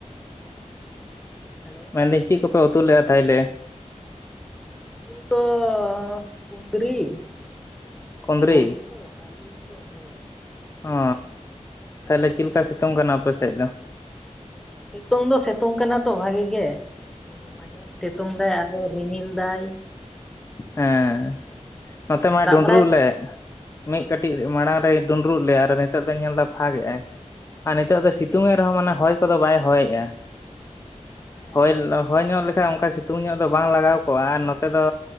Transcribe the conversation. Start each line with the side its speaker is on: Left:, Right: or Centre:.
Centre: ᱦᱮᱞᱳ
Left: ᱢᱮᱱᱫᱟᱝ ᱪᱮᱫ ᱠᱚᱯᱮ ᱩᱛᱩ ᱞᱮᱫᱼᱟ ᱛᱟᱦᱚᱞᱮ?
Centre: ᱩᱛᱩ ᱫᱚ ᱠᱩᱸᱫᱽᱨᱤ
Left: ᱠᱩᱸᱫᱽᱨᱤ?
Centre: ᱵᱩᱲᱤᱼᱼ ᱛᱚ ᱟᱞᱤᱧ ᱠᱚ ᱚᱦᱤᱧ
Left: ᱚ ᱛᱟᱦᱚᱞᱮ ᱪᱮᱫ ᱞᱮᱠᱟ ᱥᱤᱛᱩᱝ ᱠᱟᱱᱟ ᱟᱯᱮ ᱥᱮᱫ ᱫᱚ?
Centre: ᱥᱤᱛᱩᱝ ᱫᱚ ᱥᱤᱛᱩᱝ ᱠᱟᱱᱟ ᱛᱚ ᱵᱷᱟᱹᱜᱤ ᱜᱮ ᱢᱟᱡᱷᱮ-ᱢᱟᱡᱷᱮ ᱥᱤᱛᱩᱝ ᱫᱟᱭ ᱦᱮᱸ ᱨᱤᱢᱤᱞ ᱫᱟᱭ
Left: ᱦᱮᱸ ᱱᱚᱛᱮ ᱢᱟᱭ
Centre: ᱫᱟᱜ
Left: ᱰᱩᱸᱰᱨᱩᱜ
Centre: ᱵᱟᱲᱟᱭ
Left: ᱞᱮᱫ ᱢᱤᱫ
Centre: ᱚ
Left: ᱠᱟᱹᱴᱤᱡ ᱢᱟᱲᱟᱝ ᱨᱮᱭ ᱰᱩᱸᱰᱨᱩᱜ ᱞᱮᱜ-ᱟ ᱟᱨ ᱱᱤᱛᱚᱜ ᱫᱚᱧ ᱧᱮᱞ ᱮᱫᱟ ᱯᱷᱟᱫᱟ ᱠᱮᱜ-ᱟᱭ ᱟᱨ ᱱᱤᱛᱚᱜ
Centre: ᱚ
Left: ᱫᱚ ᱥᱤᱛᱩᱝ ᱮ ᱨᱮᱦᱚᱸ ᱢᱟᱱᱮ ᱦᱚᱭ ᱠᱚᱫᱚ ᱵᱟᱭ ᱦᱚᱭᱮᱜᱼᱟ᱾
Centre: ᱦᱮᱸ
Left: ᱦᱚᱭ,
Centre: ᱦᱮᱸ
Left: ᱦᱚᱭ ᱧᱚᱜ ᱞᱮᱠᱷᱟᱭ ᱚᱱᱠᱟ ᱥᱤᱛᱩᱝ ᱧᱚᱜ ᱫᱚ ᱵᱟᱝ ᱞᱟᱜᱟᱣ ᱠᱚᱜᱼᱟ ᱟᱨ ᱱᱚᱛᱮ ᱫᱚ